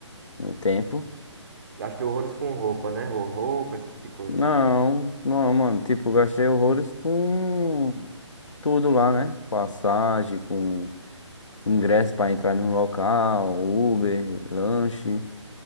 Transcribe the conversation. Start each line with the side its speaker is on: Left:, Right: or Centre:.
Left: no tempo.
Right: Gastou horrores com roupa, né? Ro- Roupa, esse tipo de coisa.
Left: Não, não, mano, tipo, eu gastei horrores com tudo lá, né? Passagem, com ingresso pra entrar no local, Uber, lanche.